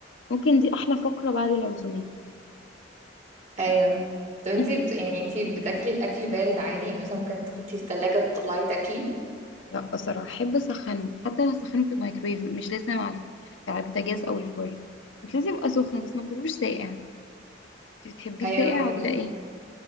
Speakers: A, on the left; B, on the right.
A: ممكن دي احلى فقره بعد العزومات
B: ايوه طب انتي
A: <laughs>
B: بت... يعني انتي بتاكلي الاكل بارد عادي يعني مثلا ممكن تحطيه في التلاجة تطلعي تاكلي
A: لا بصراحه احب اسخنه حتى لو اسخنه في الميكرويف مش لازم على الف- على البوتاجاز او الفرن بس لازم يبقى سخن بس ما كلوش ساقع انت بتحبيه
B: ايوه
A: ساقع
B: وانا
A: ولا
B: برضه
A: ايه